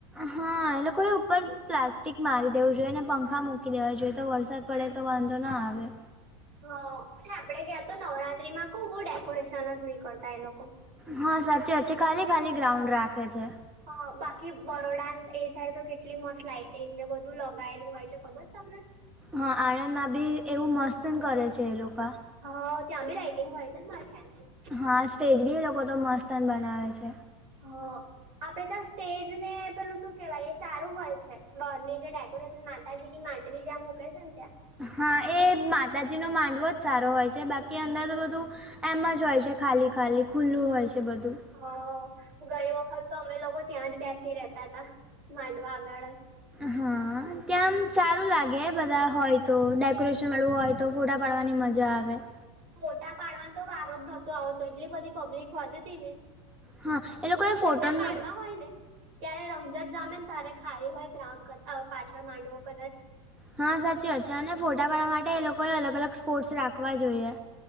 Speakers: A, in the centre; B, on the right.
A: હા એટ લોકોએ ઉપર પ્લાસ્ટિક મારી દેવું જોઈએ ને પંખા મૂકી દેવા જોઈએ તો વરસાદ પડે તો વાંધો ના આવે
B: હ અને આપડે ગયાં તો નવરાત્રી માં કો બહુ ડેકોરેશન જ નહી કરતા એ લોકો
A: હા સાચી વાત છે ખાલી ખાલી ગ્રાઉન્ડ રાખે છે.
B: હ બાકી બરોડા એ સાઈડ તો કેટલી મસ લાઈટને બધું લગાયેલું હોય છે ખબર તમને
A: હા આણંદ માં બી એવું મસ્ત કરે છે એ લોકો
B: હા ત્યાં બી રાઈટિંગ હોય છે ને મારા ખ્યાલથી
A: હા સ્ટેજ બી એ લોકો તો મસ્ત બનાવે છે.
B: હ આપડે ત્યાં સ્ટેજ ને પેલું શું કેવાય એ સારું હોય છે બરની જે ડેકોરેશન માતાજી ની માંડવી જ્યાં મૂકે છે ને ત્યાં
A: હા એ માતાજી નો માંડવો જ સારો હોય છે બાકી અંદર તો બધું એમ જ હોય છે ખાલી ખાલી ખુલ્લું હોય છે બધું
B: હ ગઈ વખત તો અમે લોકો ત્યાં જ બેસી રેતા હતા માંડવા આગળ જ
A: હા ત્યાંમ સારું લાગે બધા હોય તો ડેકોરેશન વાળું હોય તો ફોટા પાડવાની મજા આવે.
B: ફોટા પાડવાનો તો વારો નતો આવતો એટલી બધી પબ્લિક હોતી તિ ને
A: હા એ લોકો એ
B: ફોટા
A: ફોટોનું
B: પાડવા હોય ને ત્યારે રમઝટ જામેને તારે ખાઈ હોય ગ્રાઉન્ડ પાછળ માનડવો કદાચ
A: હા સાચી વાત છે અને ફોટા પાડવા માટે એ લોકોએ અલગ અલગ સ્પોર્ટ્સ રાખવા જોઈએ.